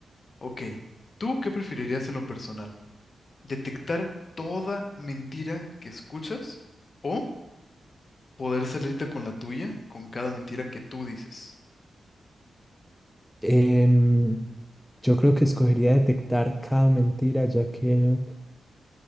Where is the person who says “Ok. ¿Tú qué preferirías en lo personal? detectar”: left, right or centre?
Left